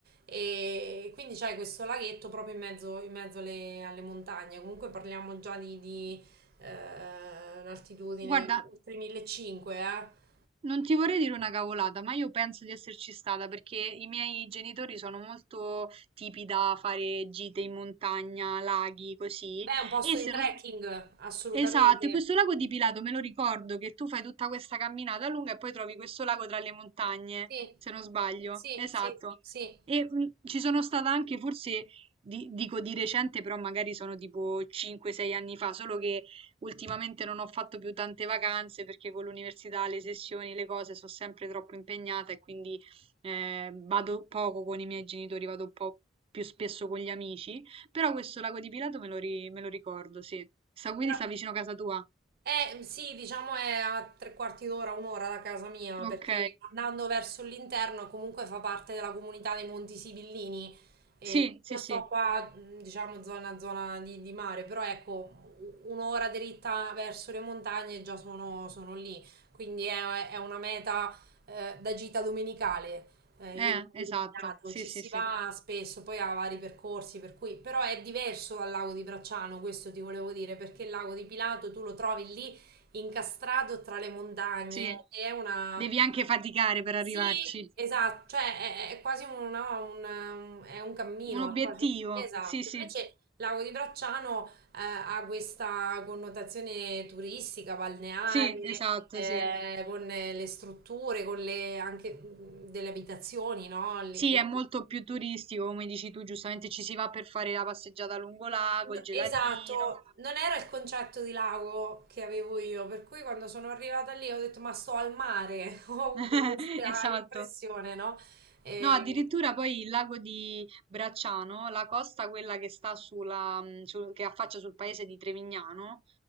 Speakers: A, on the right; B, on the right.
A: E quindi c'è questo laghetto proprio in mezzo, in mezzo alle, alle montagne. Comunque parliamo già di, di, eh, un'altitudine
B: Guarda,
A: oltre 1500, eh.
B: Non ti vorrei dire una cavolata, ma io penso di esserci stata perché i miei genitori sono molto tipi da fare gite in montagna, laghi, così.
A: Beh, è un posto
B: E se
A: di trekking,
B: non sbaglio,
A: assolutamente.
B: Esatto, e questo lago di Pilato me lo ricordo che tu fai tutta questa camminata lunga e poi trovi questo lago tra le montagne,
A: Sì,
B: se non sbaglio.
A: sì,
B: Esatto.
A: sì, sì.
B: E mm, ci sono stata anche, forse, di- dico di recente, però magari sono tipo 5-6 anni fa, solo che ultimamente non ho fatto più tante vacanze perché con l'università, le sessioni, le cose sono sempre troppo impegnata e quindi eh, vado poco con i miei genitori, vado un po' più spesso con gli amici. Però questo lago di Pilato me lo, ri- me lo ricordo, sì. Sta, quindi
A: Però,
B: sta vicino a casa tua.
A: eh, sì, diciamo è a tre quarti d'ora, un'ora da casa mia, perché
B: Ok.
A: andando verso l'interno comunque fa parte della comunità dei Monti Sibillini. E
B: Sì, sì,
A: io sto
B: sì.
A: qua, mh, diciamo, zona, zona di, di mare, però ecco, u- un'ora dritta verso le montagne e già sono, sono lì. Quindi è, è una meta, eh, da gita domenicale eh,
B: Eh,
A: il lago
B: esatto.
A: di Pilato,
B: Sì,
A: ci
B: sì,
A: si
B: sì.
A: va spesso, poi ha vari percorsi, per cui però è diverso dal lago di Bracciano, questo ti volevo dire, perché il lago di Pilato tu lo trovi lì incastrato tra le montagne,
B: Sì.
A: è una...
B: Devi anche faticare per
A: Sì,
B: arrivarci.
A: esatto, cioè è, è quasi un, no, un- un- è un cammino,
B: Un obiettivo.
A: è quasi- esatto,
B: Sì, sì.
A: invece il lago di Bracciano eh, ha questa connotazione turistica, balneare,
B: Sì, esatto,
A: eh,
B: sì.
A: con eh, le strutture, con le anche mh, delle abitazioni, no? Lì,
B: Sì,
A: quindi-
B: è molto più turistico, come dici tu, giustamente ci si va per fare la passeggiata lungo lago,
A: no,
B: il gelatino.
A: Esatto, non era il concetto di lago che avevo io, per cui quando sono arrivata lì ho detto ma sto al mare, <laughs> ho avuto
B: <laughs>
A: questa
B: Esatto.
A: impressione, no? Eh,
B: No, addirittura poi il lago di Bracciano, la costa quella che sta sulla, mm, sul- che affaccia sul paese di Trevignano,